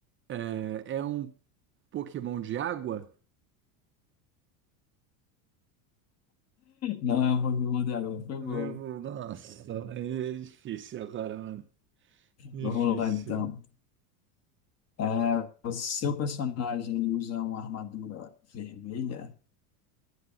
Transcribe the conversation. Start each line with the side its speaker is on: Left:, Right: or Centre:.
Right: é, é um Pokémon de água?
Left: não é o Pokémon de agora, foi
Right: Meu,
Left: boa.
Right: Nossa, aí é difícil agora, mano. Difícil.
Left: Vamos lá, então. É, o seu personagem ele usa uma armadura vermelha?